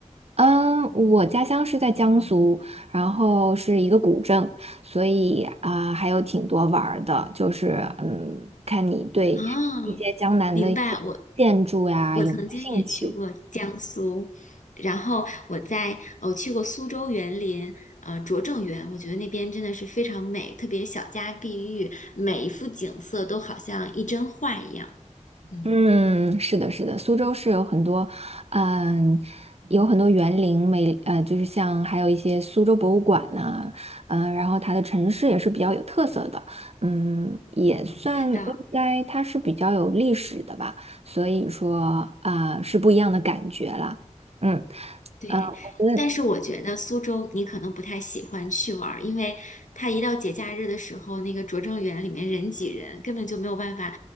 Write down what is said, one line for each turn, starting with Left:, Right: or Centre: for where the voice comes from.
Right: 嗯，我家乡是在江苏，然后是一个古镇，所以啊、还有挺多玩儿的，就是嗯，看你对一些江南的一些建筑呀有没有兴趣。
Left: 啊，明白，我我曾经也去过江苏，然后我在我去过苏州园林，呃，拙政园，我觉得那边真的是非常美，特别小家碧玉，每一幅景色都好像一帧画一样。嗯，
Right: 嗯，是的，是的，苏州是有很多，嗯，有很多园林美，呃，就是像还有一些苏州博物馆呐、嗯、然后它的城市也是比较有特色的，嗯，也算应该它是比较有历史的吧，
Left: 是的。
Right: 所以说啊、是不一样的感觉啦，嗯，
Left: 对，
Right: 呃，我觉得。
Left: 但是我觉得苏州你可能不太喜欢去玩儿，因为它一到节假日的时候，那个拙政园里面人挤人，根本就没有办法